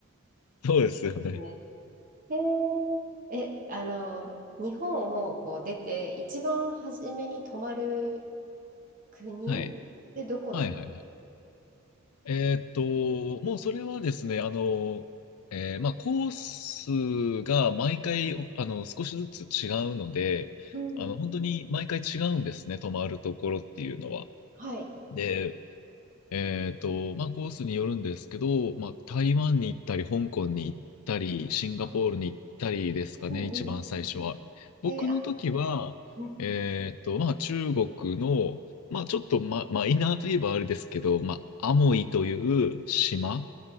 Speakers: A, on the left; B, on the right.
A: そうですよね。
B: ねへええ、あの、日本をこう出て、一番初めに泊まる国でどこなんですか
A: はい。はいはいはい。えーっと、もうそれはですね、あの、えーまあ、コースが毎回、あの、少しずつ違うので、
B: うん。
A: あの、本当に毎回違うんですね、泊まるところっていうのは。
B: はい。
A: で、えっと、まあ、コースによるんですけど、まあ、台湾に行ったり、香港に行ったり、シンガポールに行ったりですかね、
B: あ、うんう
A: 一番最初は。僕の時は、
B: ん。えあ、うん。
A: えっと、まあ、中国の、まあ、ちょっと、ま、マイナーといえばあれですけど、まあ、アモイという島